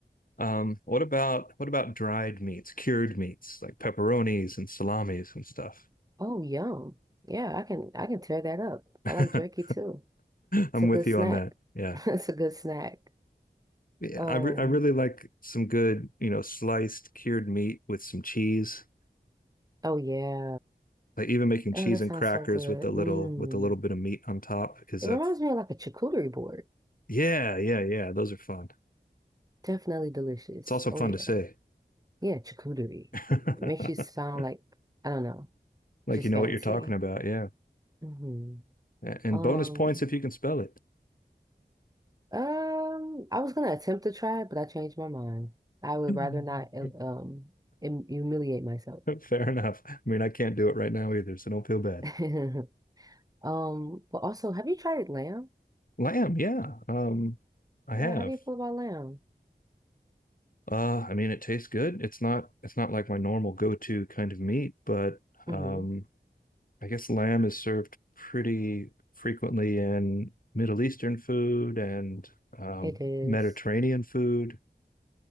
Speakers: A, on the left (about 55°); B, on the right (about 20°).
A: Um, what about what about dried meats, cured meats, like pepperonis and salamis and stuff?
B: Oh, yum. Yeah, I can I can tear that up.
A: <laughs>
B: I like jerky too. It's
A: I'm
B: a good
A: with
B: snack.
A: you on that. Yeah.
B: <laughs> It's a good snack.
A: Yeah,
B: Um,
A: I re I really like some good, you know, sliced cured meat with some cheese.
B: oh yeah.
A: Like even making cheese
B: Oh, that
A: and
B: sounds
A: crackers
B: so good.
A: with a
B: Mm.
A: little with a little bit of meat on top is
B: It
A: a
B: reminds me of like a charcuterie board.
A: Yeah, yeah, yeah. Those are fun.
B: Definitely delicious.
A: It's also
B: Oh
A: fun
B: yeah.
A: to say.
B: Yeah, charcuterie.
A: <laughs>
B: It makes you sound like, I don't know,
A: Like
B: just
A: you know
B: fancy.
A: what you're talking about. Yeah.
B: hmm
A: A- And
B: Um,
A: bonus points if you can spell it.
B: Um, I was gonna attempt to try it, but I changed my mind. I would
A: <laughs>
B: rather not uh, um hum- humiliate myself.
A: Fair enough. I mean, I can't do it right now either, so don't feel bad.
B: <laughs> Um, but also, have you tried lamb?
A: Lamb, yeah. Um, I
B: Yeah,
A: have.
B: how do you feel about lamb?
A: Uh, I mean, it tastes good. It's not it's not like my normal go-to kind of meat, but
B: Mm-hmm.
A: um, I guess lamb is served pretty frequently in Middle Eastern food and um,
B: It is.
A: Mediterranean food.